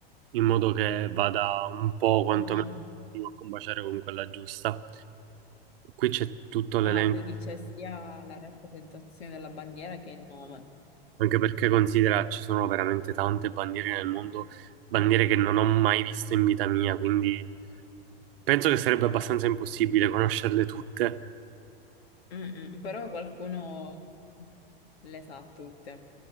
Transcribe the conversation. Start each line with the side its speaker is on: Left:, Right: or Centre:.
Right: in modo che vada un po' quantomeno
Left: Mhm.
Right: a combaciare con quella giusta. Qui c'è tutto l'elenco,
Left: Ah, quindi c'è sia la rappresentazione della bandiera che il nome.
Right: anche perché considera ci sono veramente tante bandiere nel mondo, bandiere che non ho mai visto in vita mia, quindi... Penso che sarebbe abbastanza impossibile conoscerle tutte.
Left: Mm, mm, Però qualcuno le sa tutte.